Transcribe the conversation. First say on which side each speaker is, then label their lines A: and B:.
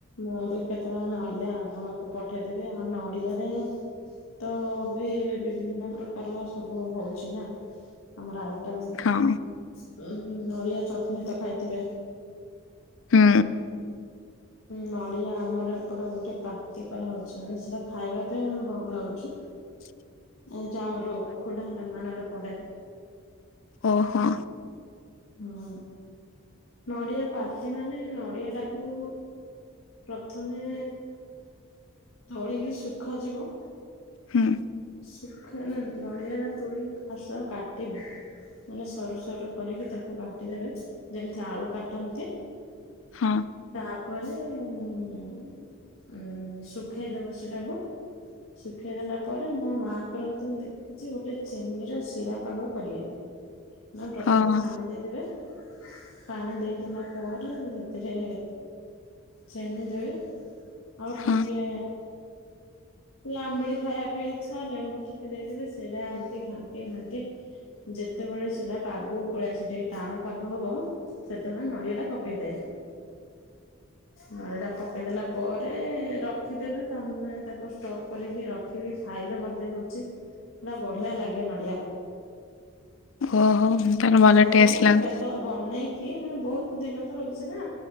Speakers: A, on the left (about 85°); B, on the left (about 70°).
A: ମୁଁ ବି କେତେବେଳେ ନଡିଆ ଆପଣ ପଠେଇଦେବି ଆଉ ନଡିଆରେ ତ ବି ବିଭିନ୍ନ ପ୍ରକାର ସବୁ ହଉଛି ନା। ଆମର ଆଇଟମ
B: ହଁ
A: ନଡ଼ିଆ ଚଟଣିୀ ତ ଖାଇଥିବେ?
B: ହୁଁ
A: ନଡ଼ିଆ ଆମର ଏପଟେ ଗୋଟେ ପାତି କରା ହଉଛି ମାନେ ସେଟା ଖାଇବା ପାଇଁ ଭଲ ଲାଗୁଛି।
B: ହଁ
A: ଏ ଯୋଉ ଆମର ଉଖୁଡା ଏମାନରେ ପଡେ।
B: ଓହୋ।
A: ହଁ ନଡିଆ ପାତି ମାନେ ନଡିଆ ଟାକୁ ପ୍ରଥମେ ତୋଳିକି ଶୁଖାଯିବ।
B: ହୁଁ।
A: ସୁଖା ନା ନଡ଼ିଆ ଟା ତୋଳିକି ଫାର୍ଷ୍ଟେ କାଟିବ। ମାନେ ସରୁ ସରୁ କରିକି ତାକୁ କାଟିଦେବେ ଯେମିତି ଆଳୁ କାଟନ୍ତି।
B: ହଁ।
A: ତା ପରେ ଉ ଶୁଖେଇଦବ ସେଟାକୁ ଶୁଖେଇ ଦେଲା ପରେ ମୋ ମାଆ କରନ୍ତୁ ମୁଁ ଦେଖିଛି ଗୋଟେ ଚେନି ର ଶିରା ପାଗ କରିବେ। ଆଉ ପ୍ରଥମେ
B: ହଁ
A: ପାଣି ଦେଇଦେବେ। ପାଣି ଦେଇଦେଲା ପରେ ସେଥିରେ ଚେନି ଦେବି ଆଉ
B: ହଁ
A: ଟିକେ ଆମ୍ବିଡି ଖାଇବା ପାଇଁ ଇଚ୍ଛା ଲେମ୍ବୁ ଟିକେ ଦେଇଦେବେ ସେଇଟା ଏମତି ଘଣ୍ଟି ଘଣ୍ଟି ଯେତେବେଳେ ସେଟା ପାଗ ପଳିଆ ସେ ଟିକେ ଟାଣ ପାଗ ହବ ସେତେବେଳେ ନଡିଆ ଟା ପକେଇଦେବେ। ନଈ ଟା ପକେଇଦେଲା ପରେ ରଖିଦେବେ ତମେ ତାକୁ ଷ୍ଟ କରିକି ରଖିବି ଖାଇଲେ ମଧ୍ୟ ହଉଛି ହେଟା ବଢିଆ ଲାଗେ ନା।
B: ଓହୋ ତାହେଲେ ଭଲ
A: ହବ
B: ଟେଷ୍ଟ
A: ବ
B: ଲାଗୁ
A: ମୁଁ କେତେବେଳେ? ବନେଇକି ମାନେ ବହୁତ ଦିନ ତ ରହୁଛି ନା